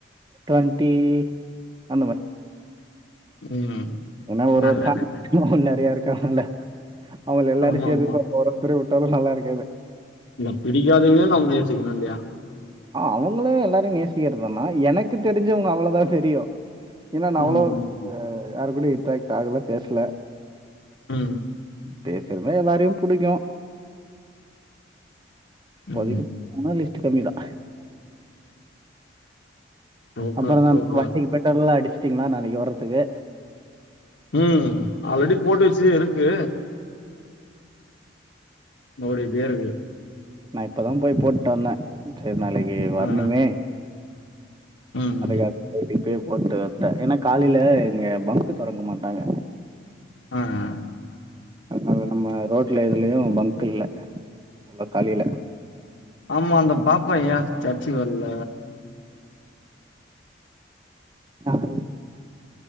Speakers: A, on the right; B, on the left.
A: ட்வெண்ட்டி அந்த மாரி
B: ம்
A: ஏன்னா ஒரு
B: நல்லது
A: வருஷ அவ நெறைய இருக்காங்கல்ல அவங்க எல்லாரும்
B: ஆமா
A: சேர்ந்து
B: ஆமா
A: ஒருத்ர விட்டாலு நல்ல இருக்காது
B: இல்ல பிடிக்காதவங்கள நம்ம யோசிக்கணு இல்லையா
A: அவுங்களு எல்லாரு நேசிக்கிறதுதான்னா எனக்கு தெரிஞ்சவங்க அவ்ளவுதா தெரியு ஏன்னா நா
B: ம்
A: அவ்ளோக்கு
B: ம்
A: யாரு கூட இன்ட்ராக்ட் ஆகல பேசல
B: ம்
A: பேசி இருந்தா எல்லாரையு புடிக்கு இப்போதைக்கி
B: ம்
A: போனா லிஸ்ட் கம்மி தா
B: சூப்பர்
A: அப்பறோ தா
B: சூப்பர்
A: வண்டிக்கு பெட்ரோல்லா அடுச்சீட்டீங்ளா நாளைக்கு வர்றதுக்கு
B: ம் ஆல்ரெடி போட்டு வச்சதே இருக்கு ஓடிட்டே இருக்கு
A: நா இப்பதா போய் போட்டு வந்தே செரி நாளைக்கி வர்ணுமே
B: ஆ ம்
A: அதுக்காக பொயிட்டு இப்பயே போட்டு வன்ட்டே ஏன்னா காலையில இங்க பங்க் தொறக்க மாட்டாங்க
B: ஆ ஆ
A: அதில் நம்ம ரோட்ல எதுலயும் பங்க் இல்ல உள்ள காலையில
B: ஆமா அந்த பாப்பா ஏ சச்சுக்கு வர்ல
A: யாரு